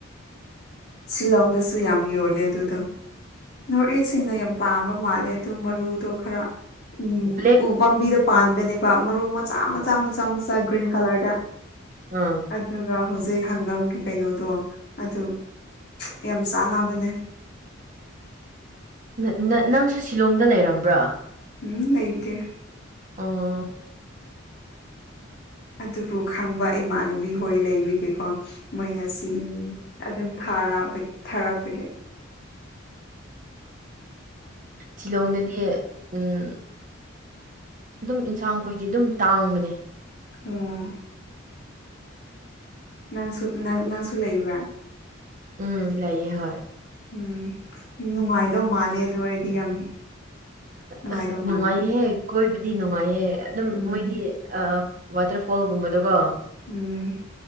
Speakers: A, on the left; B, on the right.
A: ꯁꯤꯂꯣꯡꯗꯁꯨ ꯌꯥꯝ ꯌꯣꯜꯂꯦ ꯑꯗꯨꯗꯣ ꯅꯣꯔꯠ ꯏꯁꯁꯤꯡꯅ ꯌꯥꯝ ꯄꯥꯝꯕ ꯃꯥꯜꯂꯦ ꯑꯗꯨ ꯃꯔꯨꯗꯣ ꯈꯔ ꯎꯝ
B: ꯕ꯭ꯂꯦꯛ
A: ꯎ ꯄꯥꯝꯕꯤꯗ ꯄꯥꯟꯕꯅꯦꯕ ꯃꯔꯨ ꯃꯆꯥ ꯃꯆꯥ ꯃꯆꯥ ꯃꯆꯥ ꯒ꯭ꯔꯤꯟ ꯀꯂꯔꯗ
B: ꯎꯝ
A: ꯑꯗꯨꯒ ꯍꯧꯖꯤꯛ ꯍꯪꯒꯥꯝꯒꯤ ꯀꯩꯅꯣꯗꯣ ꯑꯗꯨ ꯌꯥꯝ ꯆꯥꯟꯅꯕꯅꯦ
B: ꯅꯪ ꯅꯪ ꯅꯪꯁꯨ ꯁꯤꯂꯣꯡꯗ ꯂꯩꯔꯝꯕ꯭ꯔꯥ
A: ꯎꯝ ꯂꯩꯇꯦ
B: ꯑꯥ
A: ꯑꯗꯨꯕꯨ ꯈꯪꯕ ꯏꯃꯥꯟꯅꯕꯤ ꯍꯣꯏ ꯂꯩꯕꯤꯒꯤꯀꯣ ꯃꯣꯏꯅ ꯁꯤ
B: ꯎꯝ
A: ꯑꯗꯨꯝ ꯊꯥꯔ ꯊꯔꯛꯄꯒꯤ
B: ꯁꯤꯂꯣꯡꯗꯗꯤ ꯎꯝ ꯑꯗꯨꯝ ꯏꯟꯁꯥꯡ ꯈꯣꯏꯗꯤ ꯑꯗꯨꯝ ꯇꯥꯡꯕꯅꯦ
A: ꯑꯣ ꯅꯪꯁꯨ ꯅꯪꯁꯨ ꯂꯩꯕ꯭ꯔꯥ
B: ꯎꯝ ꯂꯩꯌꯦ ꯍꯣꯏ
A: ꯎꯝ ꯅꯨꯡꯉꯥꯏꯗꯧ ꯃꯥꯜꯂꯦ ꯑꯗꯨ ꯑꯩꯗꯤ ꯌꯥꯝ ꯅꯨꯡꯉꯥꯏꯗꯧ
B: ꯑꯁ ꯅꯨꯡꯉꯥꯏꯍꯦ
A: ꯃꯥꯜꯂꯦ
B: ꯀꯣꯏꯕꯗꯤ ꯅꯨꯡꯉꯥꯏꯍꯦ ꯑꯗꯨꯝ
A: ꯎꯝ
B: ꯃꯣꯏꯗꯤ ꯑꯁ ꯑꯥ ꯋꯥꯇꯔꯐꯣꯜꯒꯨꯝꯕꯗꯣꯀꯣ
A: ꯎꯝ